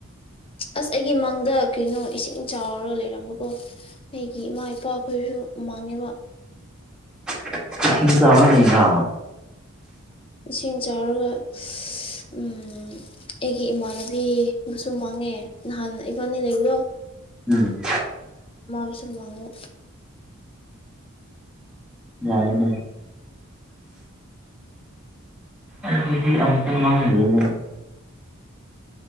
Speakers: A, on the left; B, in the centre.
A: ꯑꯁ ꯑꯩꯒꯤ ꯃꯪꯗ ꯀꯩꯅꯣ ꯏꯁꯤꯡ ꯆꯥꯎꯔꯒ ꯂꯩꯔꯝꯕꯀꯣ ꯑꯩꯒꯤ ꯏꯃꯥ ꯏꯄꯥ ꯑꯩꯈꯣꯏꯁꯨ ꯃꯥꯡꯉꯦꯕ
B: <unintelligible>
A: ꯏꯁꯤꯡ ꯆꯥꯎꯔꯒ <unintelligible> ꯑꯝ ꯑꯩꯒꯤ ꯏꯃꯥꯟꯅꯕꯤꯕꯨꯁꯨ ꯃꯥꯡꯉꯦ ꯅꯍꯥꯟ ꯏꯕꯥꯅꯤ ꯂꯩꯕꯗꯣ
B: ꯎꯝ
A: ꯃꯥꯕꯨꯁꯨ ꯃꯥꯡꯉꯦ
B: ꯌꯥꯏꯅꯦ ꯑꯗꯨꯗꯤ ꯑꯃꯨꯛꯇꯡ ꯃꯥꯡ ꯂꯩꯅꯦ